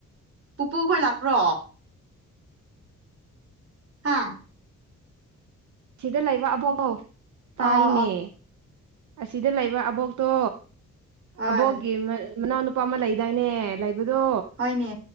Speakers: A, on the right; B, on the right.
A: ꯄꯨꯄꯨꯈꯣꯏ ꯂꯥꯛꯄ꯭ꯔꯣ ꯍꯥꯥ
B: ꯑꯁꯤꯗ ꯂꯩꯕ ꯑꯕꯣꯛꯣ ꯇꯥꯏꯅꯦ
A: ꯑꯣ ꯑꯣ
B: ꯑꯁꯤꯗ ꯂꯩꯕ ꯑꯕꯣꯛꯇꯣ
A: ꯍꯣꯏ
B: ꯑꯕꯣꯛꯀꯤ ꯃꯅꯥꯎꯅꯨꯄꯥ ꯑꯃ ꯂꯩꯗꯥꯏꯅꯦ ꯂꯩꯕꯗꯣ
A: ꯍꯅꯦ